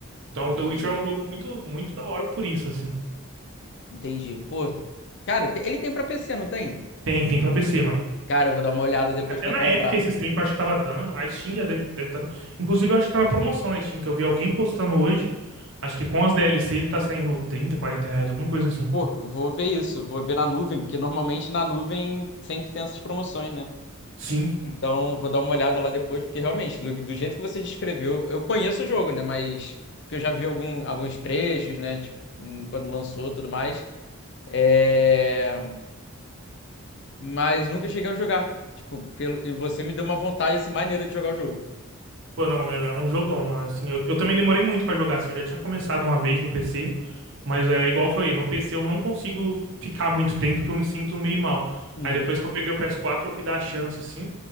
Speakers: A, on the right; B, on the left.
A: Então,
B: entendi.
A: o The Witcher é um jogo muito, muito da hora por isso, assim.
B: Entendi. Pô, cara, te- ele tem pra PC, não tem?
A: Tem, tem pra PC, mano.
B: Cara, eu vou dar uma olhada depois
A: Até
B: pra
A: na
B: comprar.
A: Epic esses tempos, acho que tava dando. A Steam já deve deve estar. dando. Inclusive, eu acho que tá na promoção na Steam, que eu vi alguém postando hoje. Acho que com as DLC ele tá saindo 30, 40 reais, alguma coisa assim.
B: Pô, eu vou ver isso, vou ver na nuvem, porque normalmente na nuvem sempre tem essas promoções, né?
A: sim
B: Então, vou dar uma olhada lá depois, porque realmente, do, do jeito que você descreveu, eu conheço o jogo, né? Mas porque eu já vi algum, alguns trechos, né? Tipo, hum, quando lançou e tudo mais. É... Mas nunca cheguei a jogar. Tipo, pelo... e você me deu uma vontade assim maneira de jogar o jogo.
A: Pô, não, é, é um jogão, mano. Assim, eu, eu também demorei muito pra jogar, assim, eu já tinha começado uma vez no PC, mas é igual eu falei, no PC eu não consigo ficar muito tempo porque eu me sinto meio mal.
B: Uhum.
A: Aí depois que eu peguei o PS4, eu fui dar a chance, assim.